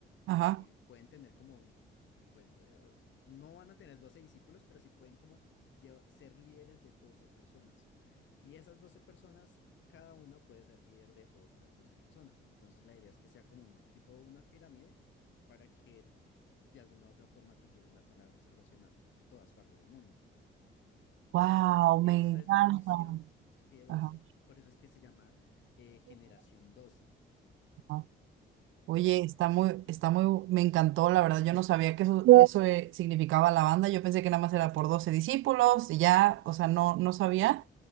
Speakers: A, on the right; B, on the left.
A: Ajá.
B: eh, pueden tener como, un- bueno, eh, no van a tener 12 discípulos, pero sí pueden como lleva- ser líderes de 12 personas. Y esas 12 personas, cada una puede ser líder de otras 12 personas. Entonces la idea es que sea como un tipo una pirámide para que de alguna u otra forma tú lleves la palabra de salvación a todas partes del mundo.
A: Wow,
B: Esa
A: me encanta.
B: es la visión g doce
A: Ajá.
B: Por eso es que se llama eh, generación doce
A: ajá. Oye, está muy, está muy, me encantó, la verdad. Yo no sabía que eso, eso eh, significaba la banda. Yo pensé que nada más era por 12 discípulos y ya, o sea, no, no sabía.